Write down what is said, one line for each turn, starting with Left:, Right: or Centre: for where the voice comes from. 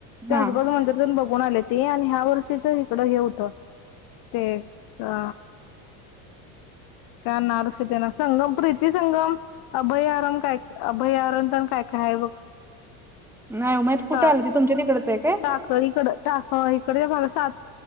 Left: तासगज
Centre: हा
Left: मंदिर बघ कोण आले ते आणि ह्या वर्षीच इकडं हे होत ते अ का ना रक्षते ना संगम प्रीती संगम अभयारण काय? अभयारणण काय? कर हाय बघ
Centre: <inaudible> नाही माहित
Left: सा
Centre: कुठं आलं ते तुमच्या तिकडच आहे काय
Left: टाक इकड टाक इकडे भा सात